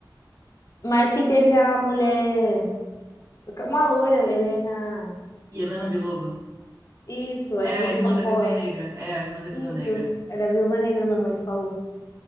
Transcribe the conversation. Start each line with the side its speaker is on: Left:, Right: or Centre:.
Left: Mas que teve a mulher, uma loira, Helena.
Right: e Helena Belova.
Left: Isso, acho
Right: É
Left: que
Right: a
Left: você
Right: irmã
Left: sabe
Right: da
Left: qual
Right: Viúva
Left: é.
Right: Negra. É a irmã da Viúva
Left: Isso,
Right: Negra.
Left: é da Viúva Negra, minha mãe falou.